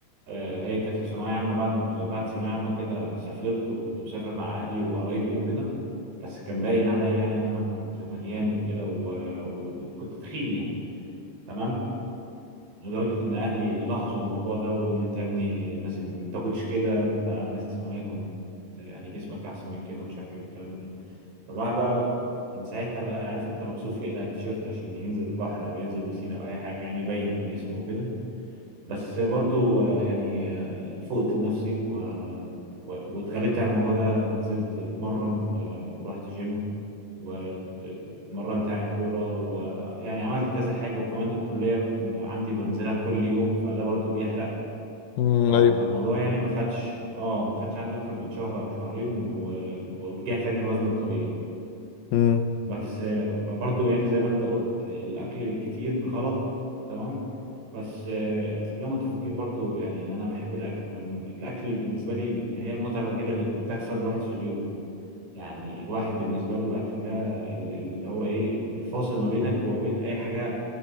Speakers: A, on the right; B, on the left.
A: آه هي كانت في ثانوية عامة بعد ما كنت- بعد ثانوية عامة كده سافرت وكنت مسافر مع أهلي وقرايبي وكده بس كان باين عليا يعني إن أنا كنت مليان وكده و- و- وكنت تخين يعني تمام لدرجة إن أهلي لاحظوا الموضوع ده وإن أنت يا ابني لازم ما تاكلش كده أنت قبل الثانوية كنت يعني جسمك أحسن من كده ومش عارف إيه والكلام ده فالواحد بقى من ساعتها بقى عارف انت مكسوف يقلع التيشيرت عشان ينزل البحر او ينزل بسين او اي حاجه يعني يبين من جسمه وكده بس برضو آه، يعني آه، فقت لنفسي و... و... واتغلبت على الموضوع ده نزلت اتمرن و... ورحت جيم واتمرنت يعني كوره ويعني عملت كذا حاجه وكمان الكليه عندي بنزلها كل يوم فده برضو بيحرق
B: مم.
A: ف... فالموضوع
B: ايوه
A: يعني ما خدش اه ما خدش عندي اكتر من شهر او شهرين و... ورجعت يعني الوزن الطبيعي
B: امم
A: بس آه، برضو يعني زي ما انت قلت الاكل الكتير غلط تمام بس آه، خلينا متفقين برضو يعني ان انا بحب الاكل والاكل بالنسبه لي هي المتعه الوحيده اللي بتحصل الواحد في اليوم يعني الواحد بالنسبه له الاكل ده ال- اللي هو ايه الفاصل ما بينك وما بين اي حاجه